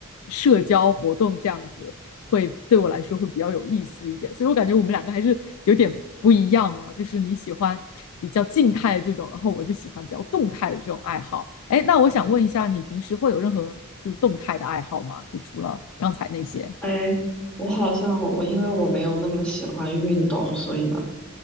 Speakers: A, on the left; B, in the centre.
A: 社交活动这样子。会对我来说会比较有意思一点。所以我感觉我们两个还是有点不一样哦，就是你喜欢比较静态的这种，然后我就喜欢比较动态的这种爱好。哎，那我想问一下，你平时会有任何就是动态的爱好吗？就除了刚才那些？
B: 哎，我好像我因为我没有那么喜欢运动，所以呢。